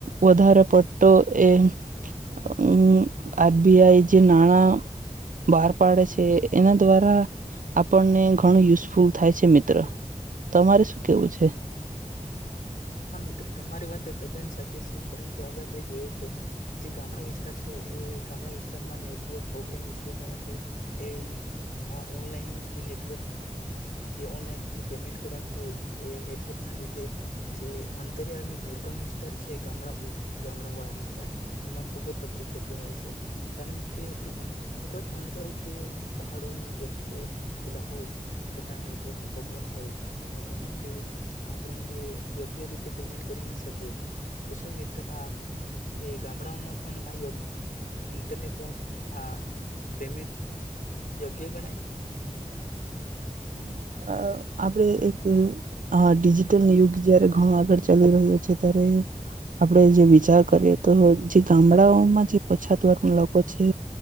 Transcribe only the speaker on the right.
વધારે પડ તો એ અમ આર બી આઈ જે નાણાં બહાર પાડે છે એના દ્વારા આપણને ઘણું યુઝફુલ થાય છે મિત્ર. તમારે શું કેવું છે?
હા મિત્ર આપડે એક હા ડિજિટલ યુગ જયારે હા આગળ ચાલી રહ્યો છે ત્યારે આપણે જે વિચાર કરીએ તો જે ગામડા ગામડા ઓમાં જે પછાત વર્ગના લોકો છે